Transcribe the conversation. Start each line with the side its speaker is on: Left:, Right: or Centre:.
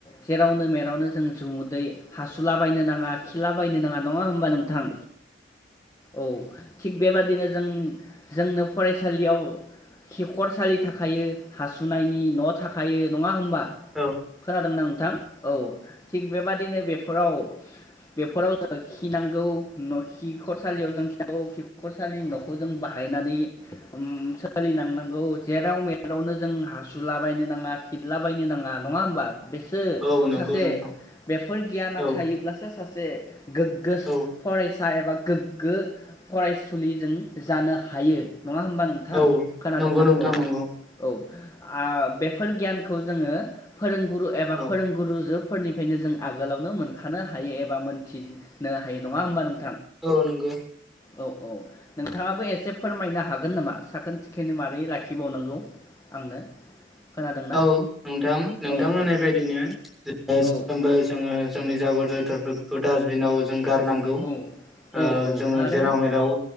Left: जेरावनो मेरावनो जों जुदै हासुलाबायायनो नाङा खिला बायनो नाङा नङा होमबा नोंथां औ थिग बेबादिनो जों जोंनो फरायसालियाव खिखरसालि थाखायो हासुनायनि न थाखायो नङा होमबा?
Centre: औ
Left: खोनादों ना नोंथां औ थिग बे बादिनो बे फोराव बेफोराव <inaudible> खिनांगौ न'खि खिखरसालियाव जों खिनांगौ खिखरसालि न'खौ जों बाहायनानै सोलिनांनांगौ जेराव मेरावनो जों हासुलाबायनो नाङा खिलाबायनो नाङा। नङा होमबा बेसो
Centre: औ
Left: सासे
Centre: नोंथां
Left: बेफोर गियाना
Centre: औ
Left: थायोब्लासो
Centre: नंगौ
Left: सासे से गोग्गो
Centre: नोंथां औ
Left: फरायसा था एबा गोग्गो फरायसुलिजों जानो हा हायो नङा होमबा नोंथां
Centre: औ
Left: खोनादोंना?
Centre: नंगौ नोंथां
Left: औ
Centre: नंगौ
Left: औ आ बेफोर गियानखौ जोङो फोरोंगुर रु एबा
Centre: औ
Left: फोरोंगुरुजो फोरनिफायनो जों आगोलावनो मोनखानो हायो। एबा मोनथिनो हायो नङा होमबा नों
Centre: औ नंगौ।
Left: औ औ नोंथाङाबो एसे फोरमायनो हाग गोन नामा साखोन सिखोनै मारै लाखिबावनांगौ आंनो खोनादोंना
Centre: औ नोंथां नों
Left: औ
Centre: थां होनाय
Left: औ
Centre: बायदिनो <unintelligible> साफ्रोमबो
Left: औ
Centre: जोङो जोंनि जाबोर जोथोरफोरखौ डासबिनाव जों गारनां गौ
Left: औ
Centre: ओ
Left: औ औ
Centre: जोङो
Left: थारैनो
Centre: जेराव मेराव